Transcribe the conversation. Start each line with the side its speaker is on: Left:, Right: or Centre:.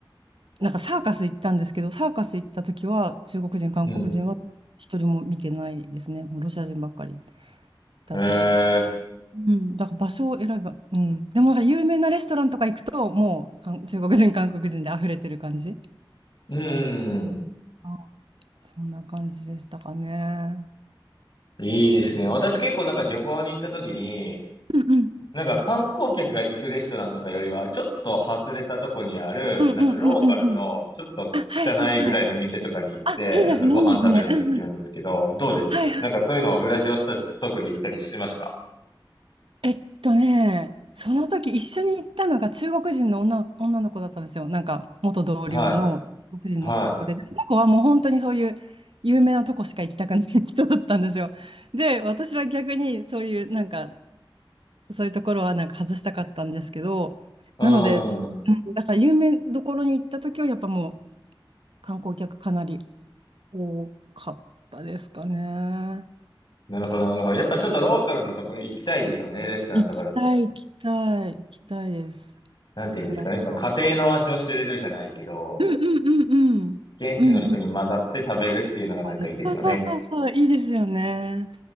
Right: なんかサーカス行ったんですけど、サーカス行った時は、中国人、韓国人は一人も見てないですね。
Left: うん。
Right: もうロシア人ばっかりだったですけど。
Left: へえ、
Right: うん、だから場所を選ば、うん。でもなんか有名なレストランとか行くと、もうかん中国人、韓国人で溢れてる感じ。
Left: うん、
Right: あそんな感じでしたかね。
Left: いいですね。私結構なんか旅行に行った時に、
Right: うんうん。
Left: なんか観光客が行くレストランとかよりは、ちょっと外れたとこにある、
Right: うんうんうんうんうん。
Left: なんかローカルの、ちょっと汚いぐらいの店とかに行って、
Right: あ、はいはいはい。あ、いいですね、
Left: なんかご飯食べるの好きなんですけど、
Right: いいですね。うん
Left: どうですなんかそういうのをウラジオストクで行ったりしました。
Right: はいはい。えっとね、その時一緒に行ったのが中国人の女、女の子だったんですよ。なんか元同僚の中国人の女の子で、
Left: はい。はい。
Right: その子はもう本当にそういう有名なとこしか行きたくない人だったんですよ。で、私は逆にそういうなんかそういうところはなんか外したかったんですけど、
Left: う
Right: なので、うん
Left: ん。
Right: だから有名どころに行った時はやっぱもう観光客かなり多かったですかね。
Left: なるほど、なるほど。やっぱちょっとローカルのとこ行きたいですよね、レストランとかだと。
Right: 行きたい、行きたい、行きたいです。
Left: なんて言うんですかね、
Right: フラット。
Left: その家庭の味を知れるじゃないけど、
Right: うんうんうんうん。
Left: 現地の人に混ざって食べるっていうのがなんかいいですよね。
Right: うんうん。わかる。そうそうそうそう、いいですよね。